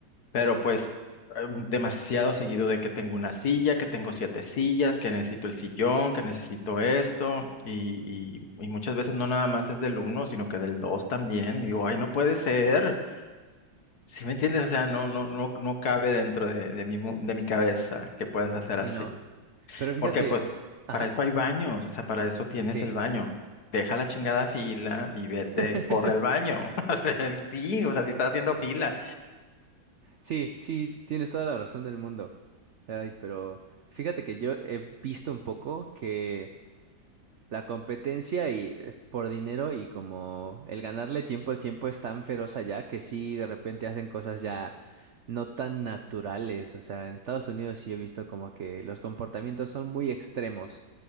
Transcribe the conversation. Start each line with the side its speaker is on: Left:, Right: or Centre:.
Left: Pero pues eh, demasiado seguido de que tengo una silla, que tengo siete sillas, que necesito el sillón, que necesito esto, y, y, y muchas veces no nada más es del uno, sino que del dos también, y digo, ay, no puede ser. Si me entiendes? O sea, no, no, no, no cabe dentro de, de mi, mu- de mi cabeza que puedas hacer
Right: Sí,
Left: así.
Right: no. Pero fíjate,
Left: Porque, pues,
Right: ajá,
Left: para eso hay baños, o sea, para eso tienes
Right: sí.
Left: el baño. Deja la chingada fila y vete,
Right: <laughs>
Left: corre al baño. <laughs> O sea, sí, o sea, si estás haciendo fila.
Right: Sí, sí, tienes toda la razón del mundo. Ay, pero fíjate que yo he visto un poco que la competencia y eh, por dinero y como el ganarle tiempo al tiempo es tan feroz allá que sí de repente hacen cosas ya no tan naturales. O sea, en Estados Unidos sí he visto como que los comportamientos son muy extremos